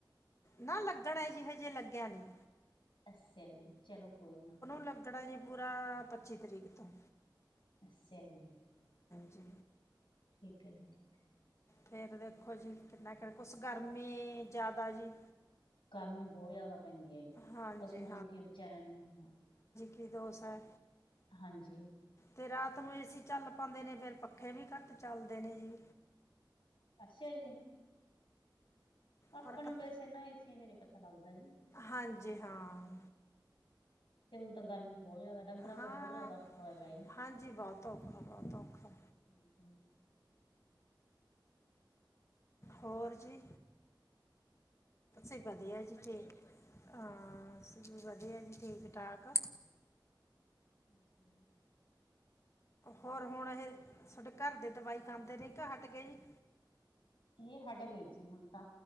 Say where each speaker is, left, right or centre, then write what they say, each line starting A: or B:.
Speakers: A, on the left; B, on the left.
A: ਨਾ ਲੱਗਣਾ ਏ ਜੀ ਹਜੇ ਲੱਗਿਆ ਨੀ,
B: ਅੱਛਿਆ ਜੀ, ਚਲੋ ਕੋਈ ਨਾ,
A: ਲੱਗਣਾ ਜੀ ਪੂਰਾ ਪੱਚੀ ਤਰੀਕ ਤੋਂ,
B: ਅੱਛਾ ਜੀ,
A: ਜੀ <unintelligible>
B: ਠੀਕ ਹੈ ਜੀ ਠੀਕ ਹੈ,
A: ਫੇਰ ਦੇਖੋ ਜੀ ਕਿੰਨਾ ਕਿ ਕੁਛ ਗਰਮੀ ਜਿਆਦਾ ਜੀ,
B: ਗਰਮੀ ਬਹੁਤ ਜ਼ਿਆਦਾ ਪੈਂਦੀ ਹੈ ਜੀ
A: ਹਾਂਜੀ
B: ਪਸੂਆਂ ਨੂੰ ਕੀ ਵਿਚਾਰਿਆਂ ਨੂੰ,
A: ਕਿ ਦੋਸੌ,
B: ਹਾਂਜੀ,
A: ਤੇ ਰਾਤ ਨੂੰ ਏਸੀ ਚੱਲ ਪੇਦੇ ਨੇ ਫਿਰ ਪੱਖੇ ਵੀ ਘੱਟ ਚੱਲਦੇ ਨੇ ਜੀ,
B: ਅੱਛਿਆ ਜੀ, ਆਪਾਂ
A: ਪਰ
B: ਨੂੰ
A: ਕ
B: ਵਸ ਇਹਨਾਂ ਏਸੀਆਂ ਚ ਨ ਪਤਾ ਲੱਗਦਾ ਜੀ।
A: ਹਾਂਜੀ ਹਾਂ
B: ਤੇ ਹੁਣ ਤਾਂ ਗਰਮੀ ਬਹੁਤ ਜ਼ਿਆਦਾ ਡੰਗਰਾਂ
A: ਹਾਂ
B: ਦਾ ਬਹੁਤ ਜ਼ਿਆਦਾ ਔਖਾ ਹੋਇਆ ਪਿਆ
A: ਹਾਂਜੀ ਬਹੁਤ ਔਖਾ ਬਹੁਤ ਔਖਾ
B: ਜੀ।
A: ਹੋਰ ਜੀ, ਅੇ ਵਧੀਆ ਜੀ ਤੇੇ ਹਾਂ, ਬਸ ਵੀ ਵਧੀਆ ਜੀ ਠੀਕ-ਠਾਕ,
B: ਅੱਛਾ,
A: ਹੋਰ ਹੁਣ ਇਹ ਸਾਡੇ, ਘਰ ਦੇ ਦਵਾਈ ਖਾਂਦੇ ਨੇ ਕੇ ਹਟਗੇ ਜੀ।
B: ਇਹ ਹਟ ਗਏ ਜੀ ਹੁਣ ਤਾਂ